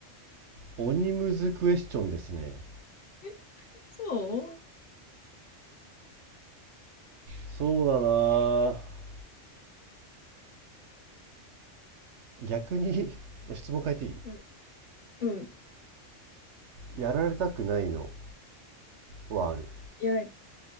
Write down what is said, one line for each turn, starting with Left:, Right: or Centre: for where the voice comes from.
Right: 鬼ムズクエスチョンですね。
Left: え、そう
Right: そうだなぁ逆に <laughs> 質問変えていい
Left: うん、うん。
Right: やられたくないのはある。
Left: や、